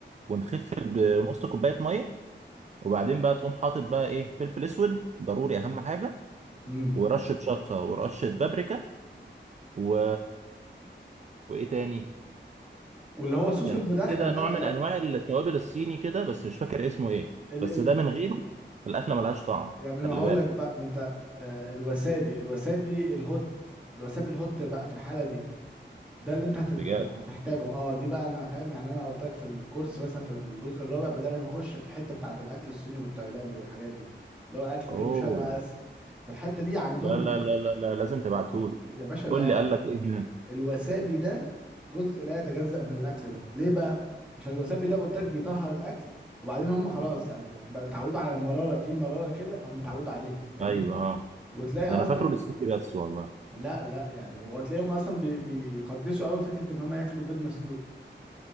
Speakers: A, on the right (about 40°); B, in the centre.
A: ونخف بنص كوبايه ميه وبعدين بقى تقوم حاطط بقى ايه فلفل اسود ضروري اهم حاجه
B: امم
A: ورشه شطه ورشه بابريكا و وايه تاني
B: واللي هو الصوص
A: كان
B: المدخن
A: في كده
B: ده
A: نوع من انواع التوابل الصيني كده بس مش فاكر اسمه ايه
B: لا
A: بس ده من غيره الاكله ملهاش طعم
B: يعني انا
A: خلي
B: هقول
A: بالك
B: لك بقى ما انت آه، الوسابي الوسابي الهوت الوسابي الهوت بقى في الحاله دي ده اللي انت هتت...
A: بجد
B: هتحتاجه بقى اه دي بقى انا فاهم يعني انا قلت لك في الكورس مثلا في الجزء الرابع بدأنا نخش في الحته بتاعه الاكل الصيني والتايلاندي والحاجات دي اللي هو الاكل
A: اوه
B: جنوب شرق اسيا فالحته دي عندهم
A: لا لا
B: ال...
A: لا لا, لا. لازم تبعتهولي
B: يا باشا
A: قول
B: ده
A: لي قال لك ايه هنا
B: الوسابي ده جزء لا يتجزأ من الاكل ده ليه بقى عشان الوسابي ده قلت لك بيطهر الاكل وبعدين هم خلاص يعني بقى اتعودوا على المراره في مراره كده هم اتعودوا عليها فاهمني
A: ايوه اه
B: وتلاقي
A: ده انا
B: اصلا
A: فاكره للسوشي بس والله
B: لا لا يعني هو تلاقيهم اصلا بي بيقدسوا قوي فكره ان هم ياكلوا بيض مسلوق